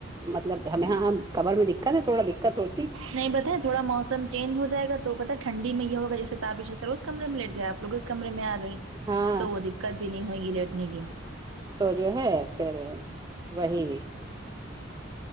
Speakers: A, on the right; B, on the right.
A: مطلب ہمیں یہاں کبر میں دقت ہے تھوڑا دقت ہو
B: نہیں بتاے تھوڑا موسم چینج ہو جائے گا تو پتا ٹھنڈی میں یہ ہوگا جیسے تابرش ار اسمے میں لیٹ گئے آپ لو اس کمرے میں آ گئیں
A: ہاں
B: تو وہ دقت بھی نہیں ہوئے گی لیٹنے کی
A: تو جو ہے پھر وہی